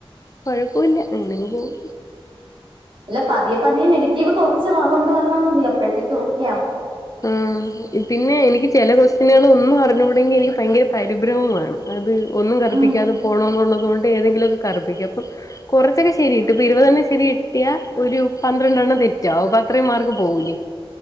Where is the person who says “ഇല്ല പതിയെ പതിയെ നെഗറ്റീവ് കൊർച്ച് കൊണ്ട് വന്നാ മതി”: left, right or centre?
Right